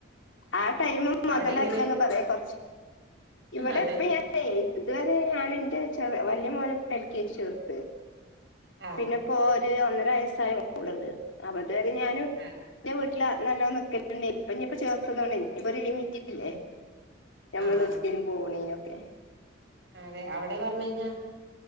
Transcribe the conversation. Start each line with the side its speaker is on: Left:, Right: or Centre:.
Left: ആ ടൈമ് മുതലാക്കിയന്ന്
Right: അവിടെ എങ്ങനെ
Left: പറയാ കുറച്ച്. ഇവിടെ
Right: അതെ
Left: ഇപ്പ ഞൻ ഏ ഇതുവരെ എൻ്റെ ചെറിയ വലിയ മോനെ പ്പം എൽ കെ ജിയിൽ ചേർത്ത്.
Right: ആ
Left: പിന്നെ ഇപ്പോ ഒന്നര വയസായ മോള്ണ്ട്. അപ്പതുവരെ ഞാനും എൻ്റെ
Right: അതെ
Left: വിട്ട ല ല്ലോ നിക്കലണ്ട് ഇപ്പൊ ഇനിയിപ്പോ ചേർത്തതോണ്ട് ഇപ്പ ഒരു ലിമിറ്റ് ഇല്ലേ. ഞങ്ങൾ
Right: ആ
Left: വച്ചും പൊണിനൊക്കെ
Right: അതെ അവിടെ പറഞ്ഞ കഴിഞ്ഞാ